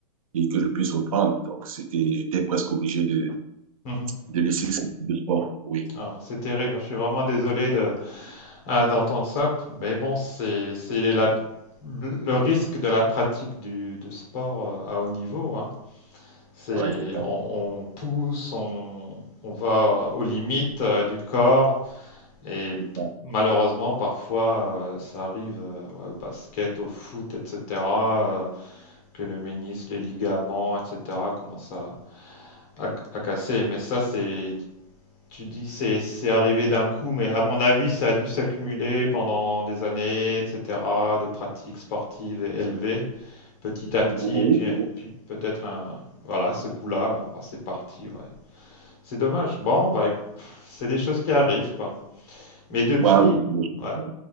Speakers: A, on the right; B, on the left.
A: et que je puisse reprendre. Donc, c'était, j'étais presque obligé de,
B: mhm.
A: de laisser ce type de sport. Oui,
B: Ah, c'est terrible, je suis vraiment désolé de, ah, d'entendre ça, mais bon, c'est, c'est la- le risque de la pratique du, de sport euh, à haut niveau, hein. C'est,
A: Ouais, c'est ça,
B: on, on pousse, on, on va aux limites euh, du corps et
A: c'est ça.
B: malheureusement parfois euh, ça arrive euh, ouais, au basket, au foot, etc. euh, que le ménisque, les ligaments, etc. commencent à, à- à casser. Mais ça, c'est, tu dis, c'est, c'est arrivé d'un coup, mais à mon avis, ça a dû s'accumuler pendant des années, etc. de pratiques sportives et élevées, petit à
A: Oui,
B: petit, puis,
A: oui.
B: puis peut-être un, voilà, ce coup-là, bon, bah, c'est parti, ouais. C'est dommage. Bon, bah, pff, c'est des choses qui arrivent, quoi. Mais depuis,
A: Bah, oui,
B: ouais,
A: oui.